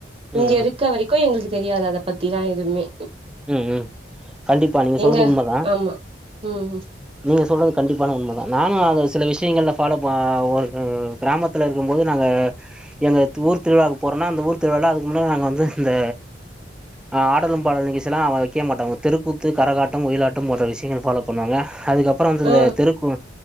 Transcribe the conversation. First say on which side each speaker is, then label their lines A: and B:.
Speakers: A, in the centre; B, on the right (about 30°).
A: ம்
B: இங்கருக்க
A: ம்
B: வரைக்கு எங்களுக்கு தெரியாது அத பத்திலா எதுமே
A: ம் ம் கண்டிப்பா நீங்க
B: எங்க
A: சொல்றது உண்ம தா
B: ஆமா ம் ம்
A: நீங்க சொல்றது கண்டிப்பான உண்ம தா நானு அது சில விஷயங்கள்ல ஃபாலோ பா ஒரு கிராமத் துல இருக்கும் போது நாங்க எங்க ஊர் திருவிழாக்கு போறோன்னா அந்த ஊர் திருவிழால அதுக் முன்ன நாங்க வந்து இந்த அ ஆடலும் பாடலு நிகழ்ச்சில்லா அவ்ளா வெக்க மாட்டாங்க தெருக்கூத்து கரகாட்டம் ஒயிலாட்டம் போன்ற விஷயங்கள் பாலோ பண்ணுவாங்க அதுக்கப்பறோ வந்து இந்த
B: ஆ
A: தெருக்கு